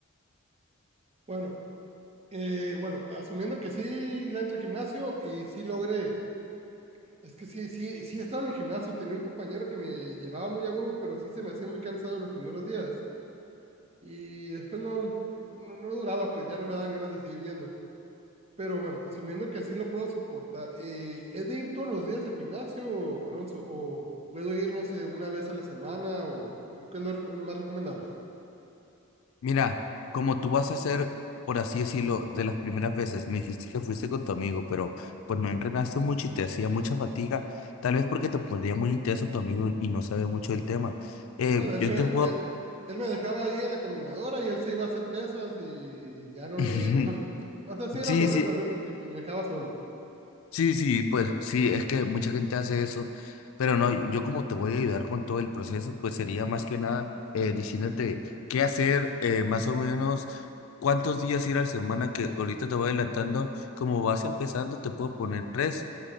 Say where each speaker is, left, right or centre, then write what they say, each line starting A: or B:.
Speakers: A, on the right; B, on the left.
A: Bueno, Eh, bueno, asumiendo que sí la entro al gimnasio y sí logré. Es que sí, sí, sí estaba en el gimnasio. Tenía un compañero que me llevaba muy a huevo, pero sí se me hacía muy cansado los primeros días. Y después no, no, no, no duraba, pues ya no me daban ganas de seguir yendo. Pero bueno, asumiendo que sí lo puedo soportar. eh, ¿es de ir todos los días al gimnasio, Alonso? ¿O puedo ir, no sé, una vez a la semana? ¿O qué es lo reco- más recomendable?
B: Mira, como tú vas a hacer por así decirlo, de las primeras veces, me dijiste que fuiste con tu amigo, pero pues no entrenaste mucho y te hacía mucha fatiga, tal vez porque te ponía muy intenso tu amigo y no sabía mucho del tema. Eh,
A: No, de
B: yo
A: hecho,
B: te puedo...
A: eh, él, me dejaba ahí en la caminadora y él sí iba a hacer pesas y ya no
B: <laughs>
A: lo veían tanto. <laughs> O sea, sí era
B: Sí,
A: aburrido
B: sí,
A: para mí porque pues, me dejaba solo.
B: Sí, sí, pues sí, es que mucha gente hace eso, pero no, yo, yo como te voy a ayudar con todo el proceso, pues sería más que nada eh, diciéndote qué hacer, eh, más o menos cuántos días ir a la semana, que ahorita te voy adelantando, como vas empezando, te puedo poner tres,